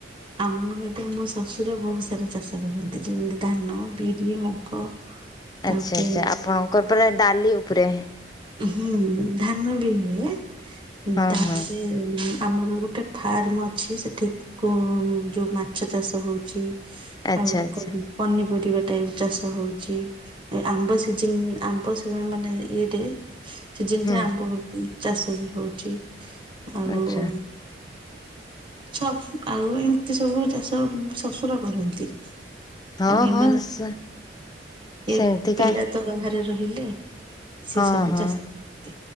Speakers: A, on the right; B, on the left.
A: ଆମ ୟେଥେ ମୋ ଶ୍ୱଶୁର ବହୁତ୍ ସାରା ଚାଷ କରନ୍ତି ଯେମିତି ଧାନ, ବିରି, ମୁଗ। ତାପରେ
B: ଆଚ୍ଛା ଆଚ୍ଛା। ଆପଣଙ୍କର ପୁରା ଡାଲି ଉପରେ।
A: ହୁଁ, ଧାନ ବି ହୁଏ ଉଁ
B: ହଁ
A: ତାପରେ
B: ହଁ
A: ଇମ୍ ଆମର ଗୋଟେ ଫାର୍ମ ଅଛି ସେଠି କୋଉ ଯୋଉ ମାଛ ଚାଷ ହଉଚି
B: ଆଚ୍ଛା
A: ଆଉ
B: ଆଚ୍ଛା
A: କହୁ ପନିପରିବା ଟାଇପ୍ ଚାଷ ହଉଛି। ଏ ଆମ୍ବ ସିଜିନ୍ ଆମ୍ବ ସିଇନ୍ ମାନେ ଇଏଟେ ସିଜିନ୍
B: ହୁଁ
A: ରେ ଆମ୍ବ ହଉଉନ୍ ଚାଷ ବି ହଉଛି ଆଉ
B: ଆଚ୍ଛା
A: ଛ ଆଉ ଏମିତି ସବୁ ଚାଷ ଶଶୁର କରନ୍ତି।
B: ହଁ
A: ଆଉ ଏମାନ
B: ହଁ ସେ ସେମିତିକା
A: ଏ ପିଲା ତ ବାହାରେ ରହିଲେ। ସେ
B: ହଁ
A: ସବୁ
B: ହଁ
A: ଚାଷ କରନ୍ତି।